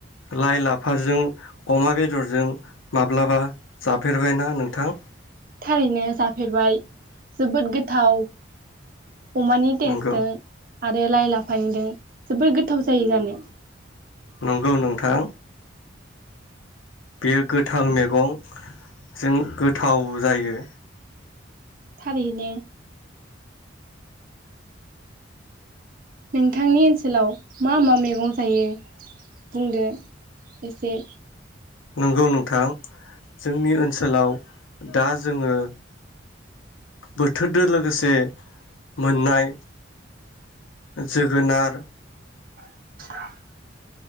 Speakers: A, on the left; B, on the right.
A: लाइ लाफाजों अमा बेदरजों माब्लाबा जाफेरबायनाा नोंथां।
B: थारैनो जाफे फफेरबाय जोबोद गोथाव अमानि टेस्टजों
A: नंगौ
B: आरो लाइ लाफानिदों जोबोर गोथाव जायो जानो।
A: नंगौ नोंथां बेयो गोथां मैगंजों गोथाव जायो।
B: थारैनो। नोंथांनि ओनसोलाव मा मा मैगं जायो बुंदो। एसे
A: नंगौ नोंथां जोंनि ओनसोलाव दा जोङो बोथोरदो लोगोसे मोननाय जोगोनार
B: <inaudible>